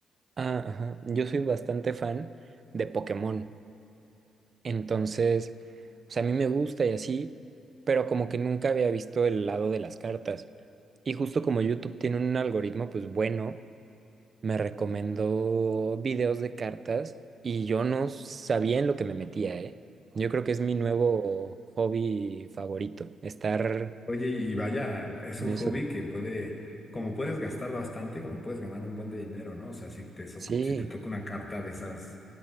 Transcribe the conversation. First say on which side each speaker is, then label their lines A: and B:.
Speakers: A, on the right; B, on the left.
A: ah, ajá, yo soy bastante fan de Pokémon. Entonces, o sea, a mí me gusta y así, pero como que nunca había visto el lado de las cartas. Y justo como YouTube tiene un algoritmo, pues bueno, me recomendó videos de cartas y yo no sabía en lo que me metía, ¿eh? Yo creo que es mi nuevo hobby favorito, estar
B: Oye, y vaya, es
A: con
B: un
A: eso.
B: hobby que puede, como puedes gastar bastante, como puedes ganar un buen de dinero, ¿no? O sea, si te, so-
A: Sí,
B: si te toca una carta de esas,